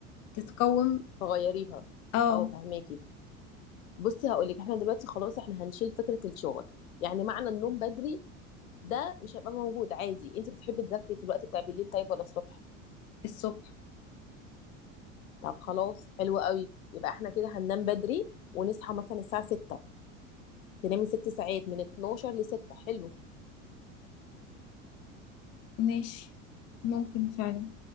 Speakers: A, on the left (about 40°); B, on the left (about 80°).
A: تتقوم
B: فغيريها
A: اه
B: اه فهماكي بصي هقول لك احنا دلوقتي خلاص احنا هنشيل فكره الشغل يعني معنى النوم بدري ده مش هيبقى موجود عادي انت بتحبي تذاكري في الوقت بتاع بالليل طيب ولا الصبح
A: الصبح
B: طب خلاص حلو قوي يبقى احنا كده هننام بدري ونصحى مثلا الساعه 6 تنامي ست ساعات من 12 ل 6 حلو
A: ماشي ممكن فعلا